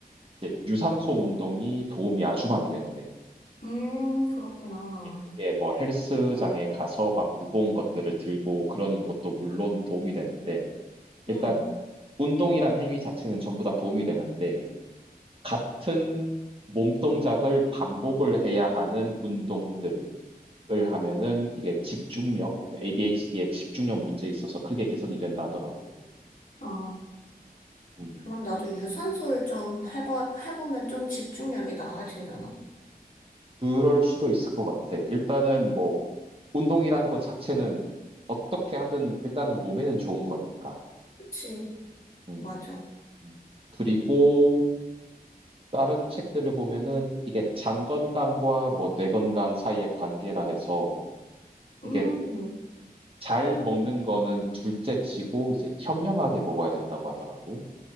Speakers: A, on the right; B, on the left.
A: 이제 유산소 운동이 도움이 아주 많이 된대.
B: 음, 그렇구나.
A: 이게 뭐 헬스장에 가서 막 무거운 것들을 들고 그러는 것도 물론 도움이 되는데, 일단
B: 응.
A: 운동이란 행위 자체는 전부 다 도움이 되는데, 같은 몸 동작을 반복을 해야 하는 운동들, 을 하면은 이게 집중력, ADHD의 집중력 문제에 있어서 크게 개선이 된다 하더라고.
B: 아,
A: 음,
B: 그럼 나도 유산소를 좀 해봐, 해보면 좀 집중력이 나아지려나?
A: 그럴 수도 있을 것 같아. 일단은 뭐 운동이라는 것 자체는 어떻게 하든 일단은 몸에는 좋은 거니까.
B: 그치,
A: 음.
B: 맞아.
A: 음. 그리고 다른 책들을 보면은 이게 장 건강과 뭐 뇌 건강 사이의 관계라 해서 이게
B: 음,
A: 꽤잘 먹는 거는 둘째 치고 이제 현명하게 먹어야 된다고 하더라고.